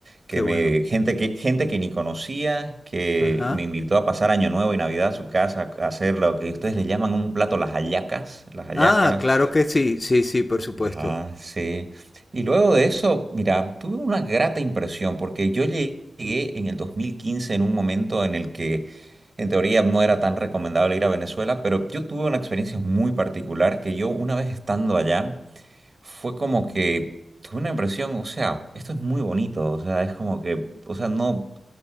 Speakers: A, on the right (about 40°); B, on the left (about 25°).
A: que
B: qué bueno.
A: me, gente que, gente que ni conocía, que
B: Ajá.
A: me invitó a pasar Año Nuevo y Navidad a su casa a hacer lo que ustedes le llaman un plato, las hallacas, las hallacas.
B: Ah, claro que sí, sí, sí, por supuesto.
A: Ajá, sí. Y luego de eso, mira, tuve una grata impresión porque yo llegué en el 2015 en un momento en el que en teoría no era tan recomendable ir a Venezuela, pero yo tuve una experiencia muy particular que yo una vez estando allá fue como que tuve una impresión, o sea, esto es muy bonito, o sea, es como que, o sea, no